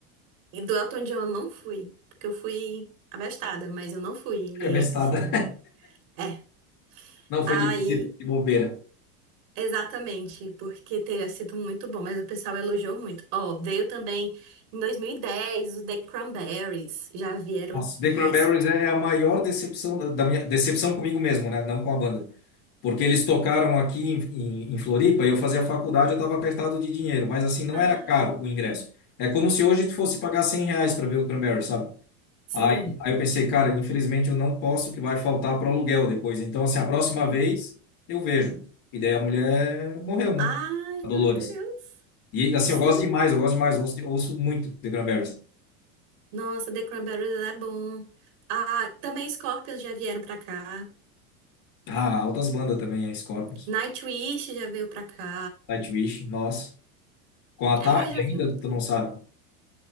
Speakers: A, on the right; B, on the left.
A: E do Elton John eu não fui, porque eu fui abastada, mas eu não fui. E
B: é bestada.
A: é assim. é.
B: <laughs> Não foi
A: Aí,
B: de, de de bobeira.
A: exatamente, porque teria sido muito bom, mas o pessoal elogiou muito. Ó, veio também em 2010 os The Cranberries, já vieram
B: Nossa,
A: aqui.
B: The Cranberries é é a maior decepção da da minha decepção comigo mesmo, né? Não com a banda. Porque eles tocaram aqui em, em, em Floripa, eu fazia faculdade, eu estava apertado de dinheiro, mas assim, não
A: Ai,
B: era caro o ingresso. É como se hoje tu fosse pagar 100 reais para ver o Cranberries, sabe?
A: sim.
B: Aí, aí eu pensei, cara, infelizmente eu não posso, que vai faltar para o aluguel depois. Então, assim, a próxima vez eu vejo. E daí a mulher morreu, né?
A: Ai,
B: A
A: meu
B: Dolores.
A: Deus.
B: E assim,
A: Sim.
B: eu gosto demais, eu gosto demais, ouço, ouço muito The Cranberries.
A: Nossa, The Cranberries é bom. Ah, também Scorpions já vieram pra cá.
B: Ah, altas bandas também, é Scorpions.
A: Nightwish já veio pra cá.
B: Nightwish, nossa. Com a Atari
A: É, já
B: ainda?
A: veio.
B: Tu não sabe?